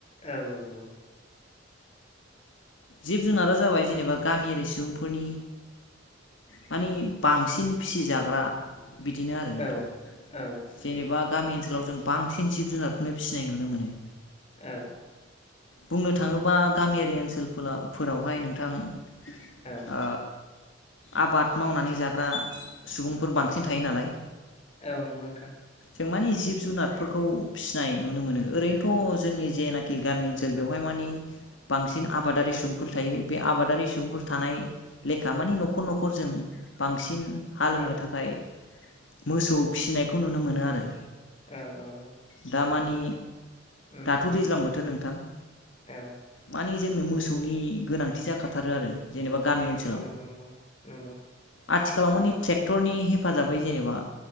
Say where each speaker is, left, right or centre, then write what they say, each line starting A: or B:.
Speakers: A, on the left; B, on the left.
A: औ औ औ
B: जिब जुनारा जाबाय जेनेबा गामियारि सुबुंफोरनि मानि बांसिन फिसिजाग्रा बिदिनो आरो
A: औ
B: नोंथां।
A: औ
B: जेनेबा गामि ओनसोलाव जों बांसिन जिब जुनारखौनो फिसिनाय नुनो मोनो।
A: औ
B: बुंनो थाङोबा गामियारि ओनसोलफोर फोरावहाय नोंथां।
A: औ
B: आबाद मावनानै जाग्रा सुबुंफोर बांसिन थायो नालाय
A: औ नंगौ नोंथां।
B: जों मानि जिब जुनारफोरखौ फिसिनाय नुनो मोनो ओरैनोथ' जोंनि
A: आदसा
B: जेनाखि गामि ओनसोल बेवहाय मानि बांसिन आबादारि सुबुंफोर थायो बे आबादारि सुबुंफोर थानाय लेखा मानि न'खर न'खरजों बांसिन हालौनो
A: औ
B: थाखाय मोसौ फिसिनायखौ नुनो मोनो आरो।
A: औ औ औ।
B: दामानि
A: उम
B: दाथ' दैज्लां बोथोर नोंथां?
A: औ।
B: मानि जोंनो मोसौनि गोनांथि जाखाथारो आरो जेनेबा गामि
A: उम
B: ओनसोलाव।
A: नंगौ नंगौ नंगौ नंगौ
B: आथिखालाव मानि ट्रेक्टरनि हेफाजाबै जेनेबा